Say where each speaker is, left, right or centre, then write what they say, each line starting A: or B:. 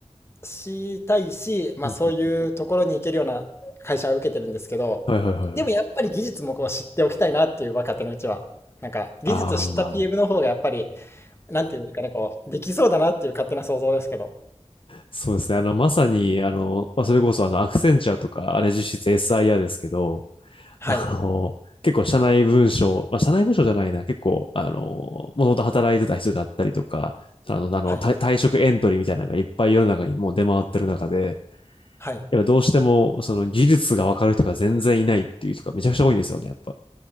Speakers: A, on the left; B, on the left.
A: したいし、まあそういうところに行けるような会社は受けてるんですけど、
B: うんうんはいはいはいはい。
A: でもやっぱり技術もこう知っておきたいなっていう若手のうちは。なんか技術を知った
B: ああ、
A: PM の方がやっぱり、なんていうんですかね、こう、できそうだなっていう勝手な想像ですけど。
B: そうですね。あの、まさに、あの、まあ、それこそあの、アクセンチャーとか、あれ実質 SIR ですけど、
A: はい。
B: あの、結構社内文章、まあ、社内文章じゃないな、結構、あの、もともと働いてた人だったりとか、あの、あの退退職エントリーみたいなのがいっぱい世の中にもう出回ってる中で、
A: はい。はい。
B: やっぱどうしても、その技術がわかる人が全然いないっていう人がめちゃくちゃ多いんですよね、やっぱ。